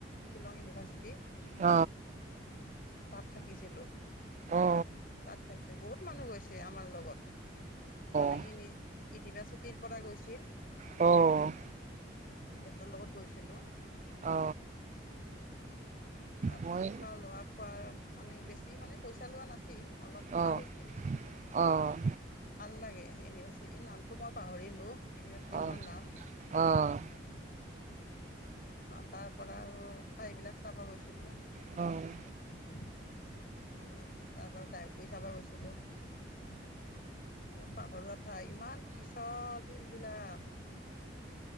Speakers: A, on the left (about 50°); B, on the right (about 40°).
A: শ্বিলং ইউনিভাৰ্চিটি
B: অ
A: তাত থাকিছিলো
B: অ
A: তাত থাকি মানুহ গৈছে আমাৰ লগত মানে
B: অ
A: ই নিজি ইউনিভাৰ্চিটিৰ পৰা গৈছিল
B: অ',
A: হেতৰ লগত গৈছিলো
B: অ
A: তাত
B: মই
A: থকা লোৱা খোৱাৰ মানে বেছি মানে পইচা লোৱা নাছিল অলপতে
B: অ', অ',
A: হৈছিল
B: অ', অ',
A: ভাল লাগে এনিবাচি নাম টো মই পাহৰিলোঁ ইউনিভাৰ্চিটিখনৰ
B: অ',
A: নাম
B: অ',
A: অঁ তাৰ পৰা আৰু ঠাইবিলাক চাবা গৈছিলো আমি
B: অ',
A: তাৰ পৰা ডাইবুৰি চাব গৈছিলোঁ একদম পাহৰৰুোৱা ঠাই ইমান পিছল শিলবিলাক।